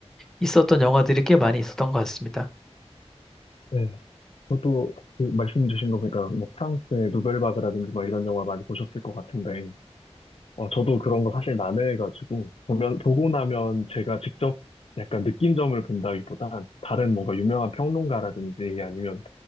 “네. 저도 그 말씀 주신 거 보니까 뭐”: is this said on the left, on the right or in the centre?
Left